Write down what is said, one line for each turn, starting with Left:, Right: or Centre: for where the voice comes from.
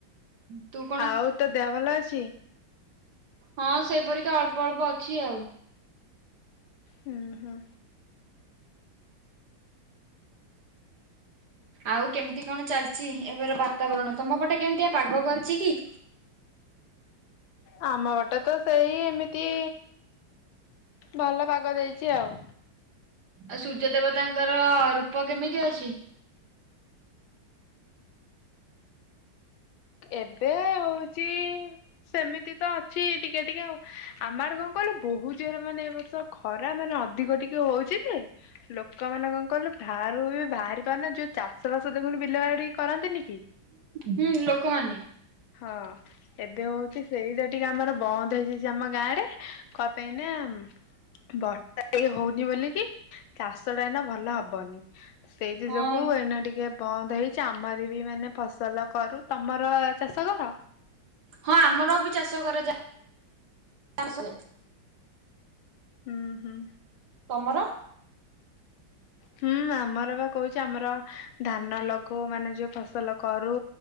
Right: ତୁ କ
Left: ଆଉ ତୋ ଦେହ ଭଲ ଅଛି?
Right: ହଁ ସେଇ ପରିକା ଅଳ୍ପ ଅଳ୍ପ ଅଛି ଆଉ।
Left: ହୁଁ ହୁଁ।
Right: ଆଉ କେମତି କଣ ଚାଲଚି ଏବେର ବା ତାବରଣ ତମ ପଟେ କେମିତିଆ ପାଗ କରିଚି କି?
Left: ଆମ ପଟେ ତ ସେଇ ଏମିତି ଭଲ ପାଗ ଦେଇଚି ଆଉ।
Right: ଆଉ ସୂର୍ଯ୍ୟ ଦେବତାଙ୍କର ରୂପ କେମିତି ଅଛି?
Left: ଏବେ ହୋଉଚି ସେମିତି ତ ଅଛି ଟିକେ ଟିକେ ଆଉ ଆମ ଆଡ଼େ କଁ କହିଲ ବୋହୁ ଜୋରେ ମାନେ ଏ ବର୍ଷ ଖରା ମାନେ ଅଧିକ ଟିକେ ହୋଉ ଚି ଯେ ଲୋକମାନେ କଣ କଲୁ ବାହାରକୁ ବି ବାହାରି ପାରୁନା ଯଉ ଚାଷ ବାସ ଦେଖନୁ ବିଲ ବାଡ଼ି କରନ୍ତିନି କି?
Right: ହୁଁ ଲୋକମାନେ।
Left: ହଁ ଏବେ ହଉଛି ସେଇଟା ଟିକେ ଆମର ବନ୍ଦ ହେଇଯାଇ ଯିଏ ଆମ ଗାଁ ରେ କ ପାଇ ନା। ବର୍ଷା ଟିକେ ହଉନି ବୋଲିକି ଚାଷ ଟା ଏଇନା ଭଲ ହବନି। ସେଇଥି
Right: ହଁ
Left: ଯୋଗୁ ଏଇନା ଟିକେ ବନ୍ଦ ହେଇଚି ଆମର ବି ମାନେ ଫସଲ କରୁ ତମର। ଚାଷ କର?
Right: ହଁ ଆମର ବି ଚାଷ କରାଯାଏ।
Left: ହୁଁ ହୁଁ।
Right: ତମର?
Left: ହୁଁ ଆମର ବା କହୁଚି ଆମର ଧାନ ଲଗଉ ମାନେ ଯଉ ଫସଲ କରୁ।